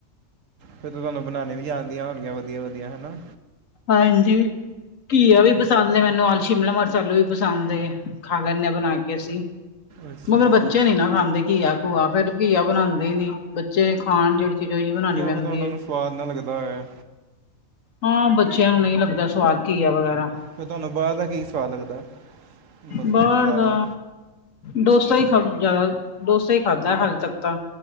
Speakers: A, on the right; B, on the left.
A: ਫੇਰ ਤਾਂ ਤੁਹਾਨੂੰ ਬਣਾਉਣੇ ਵੀ ਆਦੀਆਂ ਹੋਣਗੀਆਂ ਵਧੀਆ ਵਧੀਆ ਹਨਾ?
B: ਹਾਂਜੀ, ਘੀਆ ਵੀ ਪਸੰਦ ਐ ਮੈਨੂੰ ਆ ਸ਼ਿਮਲਾ ਮਰਚ ਆਲੂ ਵੀ ਪਸੰਦ। ਖਾ ਲੈਂਦੇ ਆ ਬਣਾ ਕੇ ਅਸੀਂ
A: ਅੱਛਾ
B: ਮਗਰ
A: ਜੀ
B: ਬੱਚੇ ਨੀ ਨਾ ਖਾਂਦੇ। ਘੀਆ-ਘੂਆ ਫੇਰ ਘੀਆ ਬਣਾਦੇ ਈ ਨੀ, ਬੱਚੇ ਖਾਣ ਜਿਹੜੀ ਚੀਜ਼ ਹੀ ਬਣਾਉਣੀ
A: ਕਿਆ
B: ਪੈਂਦੀ
A: ਪਤਾ ਉਹਨਾਂ
B: ਐ।
A: ਨੂੰ ਸਵਾਦ ਨਾ ਲੱਗਦਾ ਹੋਏ
B: ਹਾਂ ਬੱਚਿਆਂ ਨੂੰ ਨਈ ਲੱਗਦਾ ਸਵਾਦ ਕੀਆ ਵਗੈਰਾ।
A: ਫਿਰ ਤੁਹਾਨੂੰ ਬਾਅਰ ਦਾ ਕੀ ਸਵਾਦ ਲੱਗਦਾ? ਮਤਲਬ
B: ਬਾੜ
A: ਬਜ਼ਾਰੋਂ
B: ਦਾ ਡੋਸਾ ਹੀ ਖਾ ਜਿਆਦਾ ਡੋਸਾ ਹੀ ਖਾਧਾ ਹਾਲੇ ਤੱਕ ਤਾਂ